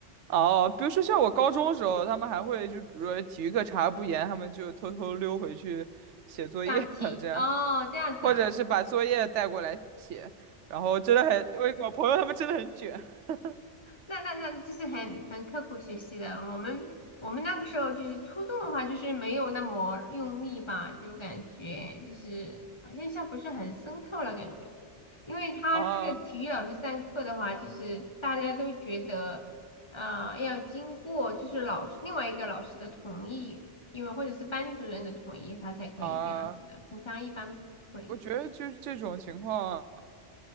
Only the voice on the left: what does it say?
这样体哦这样子啊，
那那那就是很很刻苦学习的。我们我们那个时候就是初中的话，就是没有那么用力吧，就感觉就是好像印象不是很深刻了感觉。因为他这个体育老师上课的话，
就是大家都觉得，呃，要经过就是老师另外一个老师的同意，因为或者是班主任的同意，他才可以这样子的。
平常一般不会。